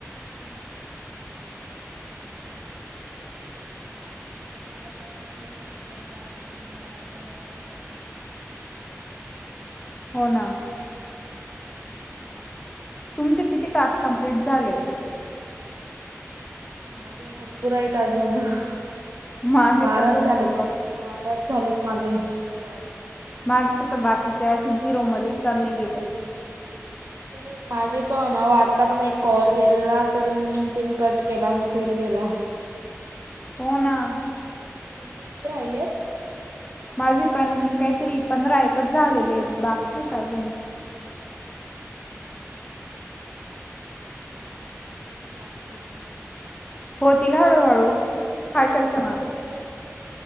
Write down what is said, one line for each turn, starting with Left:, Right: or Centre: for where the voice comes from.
Right: हो, तेच ना, तुम्हाला तर, असं फुल नेटवर्क दाखवतोय, मी वायफाय वर आहे.
Left: हो, ना.
Right: हा,
Left: तुमचे किती, टास्क कंप्लीट झाले?
Right: माझं, भरपूर आहेत अजून हा,
Left: माझे
Right: बाराच
Left: पण भरपूर
Right: झाले,
Left: बा
Right: बाराच झालेत माझे कॉल.
Left: माझे तर बाकीचे, झिरो मध्येच चालले गेले.
Right: ते माझे, पण अव आता पण एक कॉल केलेला, तर तिने कट केला, मग फेल गेला.
Left: हो, ना
Right: तुमचे किती, राहिले आहेत?
Left: माझे पण, काहीतरी पंधरा एकच झालेले आहेत, बाकी आहेत अजून
Right: अच्छा, तेच, माझ पण बाकी आहेत.
Left: होतील हळूहळू, काय करचं ना आता,
Right: हो तेच.